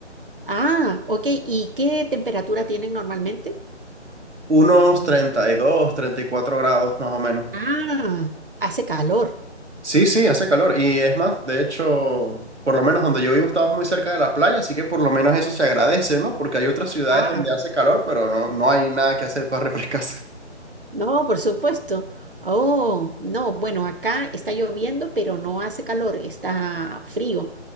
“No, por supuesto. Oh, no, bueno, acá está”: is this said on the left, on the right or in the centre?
Right